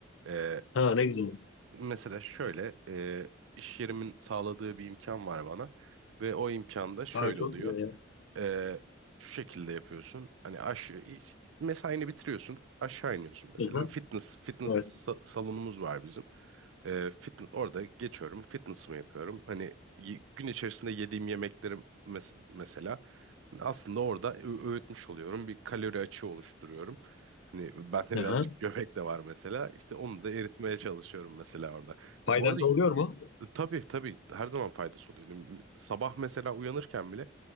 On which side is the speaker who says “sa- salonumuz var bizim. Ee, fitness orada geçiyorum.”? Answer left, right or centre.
Right